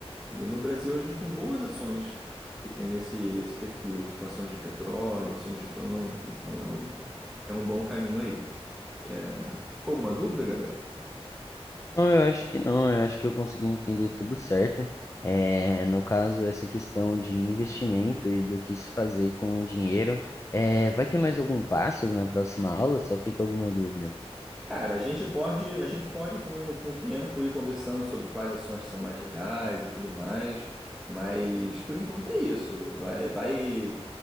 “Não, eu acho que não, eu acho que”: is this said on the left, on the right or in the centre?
Left